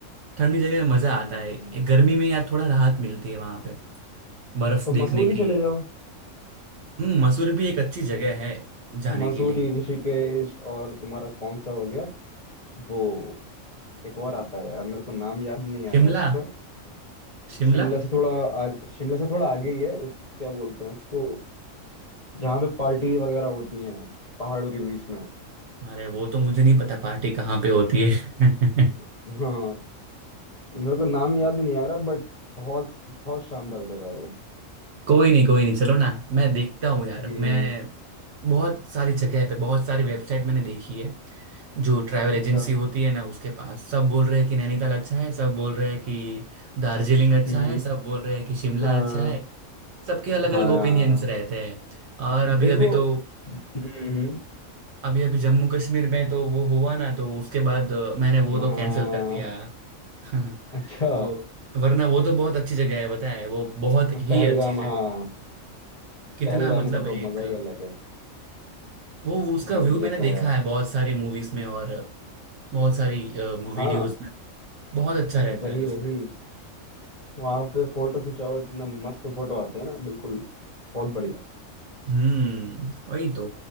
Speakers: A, on the right; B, on the left.
A: ठंडी जगह में मजा
B: हाँ
A: आता है ये गर्मी में यार थोड़ा राहत मिलती है वहां पे बर्फ
B: तो मसूरी
A: देखने की
B: चले जाओ
A: हम्म मसूरी भी एक अच्छी जगह है जाने
B: मसूरी
A: के लिए
B: ऋषिकेश और तुम्हारा कौन सा हो गया वो एक और आता है यार मेरे को नाम याद नहीं आ
A: शिमला
B: रहा है उसका
A: शिमला
B: शिमला से थोड़ा आगे शिमला से थोड़ा आगे ही है उस क्या बोलते हैं उसको जहाँ पे पार्टी वगैरह होती हैं पहाड़ों के बीच में
A: अरे वो तो मुझे नहीं पता पार्टी कहाँ पे होती है
B: <laughs>
A: <laughs>
B: हाँ मेरे को नाम याद नहीं आ रहा बट बहुत बहुत शानदार जगह है वो
A: कोई नहीं कोई नहीं चलो ना मैं देखता हूँ यार
B: हम्म
A: मैं बहुत सारी जगह पे बहुत सारी वेबसाइट मैंने देखी है जो ट्रैवल
B: अच्छा
A: एजेंसी होती है ना उसके पास सब बोल रहे हैं कि नैनीताल अच्छा है सब बोल रहे हैं कि दार्जिलिंग अच्छा
B: हम्म
A: है सब बोल रहे हैं कि शिमला
B: हाँ
A: अच्छा है सबके अलग
B: हाँ
A: अलग ओपिनियंस
B: यार।
A: रहते हैं और अभी
B: देखो
A: अभी तो
B: हम्म
A: अभी अभी जम्मू कश्मीर में तो वो हुआ ना तो उसके बाद अ, मैंने
B: हाँ
A: वो तो कैंसिल कर दिया <laughs>
B: अच्छा
A: तो वरना वो तो बहुत अच्छी जगह है बताए वो बहुत ही
B: पहलगाम
A: अच्छी जगह
B: हाँ
A: है। कितना
B: पहलगाम
A: मतलब
B: का तो
A: एक
B: मजा ही अलग है
A: वो उसका
B: हम्म
A: व्यू
B: ये
A: मैंने
B: तो
A: देखा
B: है
A: है बहुत सारी मूवीज में और बहुत सारी वीडियोस
B: हाँ
A: में बहुत अच्छा रहता
B: वही
A: है उसमें
B: वही वहां पे फोटो खिंचाओ इतना मस्त फोटो आते हैं ना बिल्कुल बहुत बढ़िया
A: हम्म वही तो